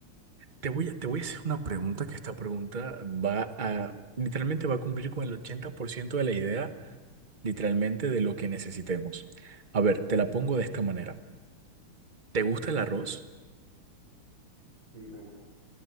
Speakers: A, on the right; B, on the right.
A: te voy a, te voy a hacer una pregunta que esta pregunta va a, literalmente va a cumplir con el 80% de la idea, literalmente de lo que necesitemos. A ver, te la pongo de esta manera. ¿Te gusta el arroz?
B: y me gusta.